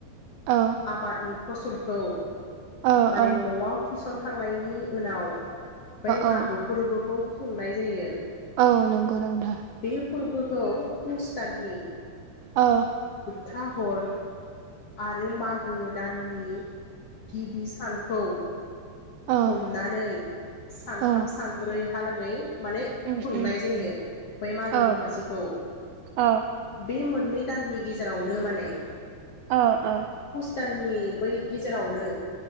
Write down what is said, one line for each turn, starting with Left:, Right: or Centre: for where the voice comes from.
Right: औ
Left: आबादनि फसलखौ
Right: औ
Left: माने
Right: औ
Left: न'वाव थिसनखांनायनि उनाव बै
Right: औ
Left: मागो फोरबो खौ खुंनाय जायो
Right: औ नंगौ नोंथां
Left: बे फोरबोखौ पुस दाननि
Right: अ
Left: थाहर आरो मागो दाननि गिबि सानखौ
Right: औ
Left: हमनानै सानथाम
Right: औ
Left: सानब्रै हालागै माने
Right: उम
Left: खुंनाय
Right: उम
Left: जायो बै मागो
Right: औ
Left: दमासिखौ
Right: औ
Left: बे मोन बे दाननि गेजेरावनो माने
Right: ओ ओ
Left: भुटाननि बै गेजेरावनो